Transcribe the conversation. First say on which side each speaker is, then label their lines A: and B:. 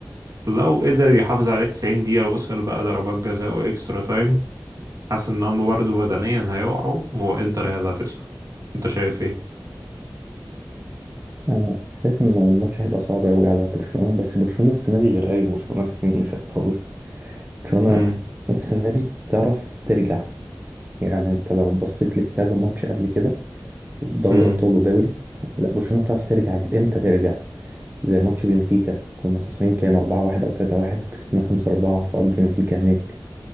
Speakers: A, on the right; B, on the right.
A: لو قدر يحافظ عليه 90 دقيقة وصل بقى ضربات جزاء واكسترا تايم حاسس ان هم برضه بدنيا هيقعوا وانتر هي اللي هتصعد انت شايف ايه؟
B: أنا شايف إن الماتش هيبقى صعب أوي على برشلونة بس برشلونة السنة دي غير أي برشلونة السنة اللي فاتت خالص برشلونة
A: امم
B: السنة دي بتعرف ترجع يعني أنت لو بصيت لكذا ماتش قبل كده دوري
A: امم
B: أبطال ودوري لا برشلونة بتعرف ترجع عايز إمتى ترجع زي ماتش بنفيكا كنا خسرانين كام 4-1 أو 3-1 وكسبنا 5-4 في أرض بنفيكا هناك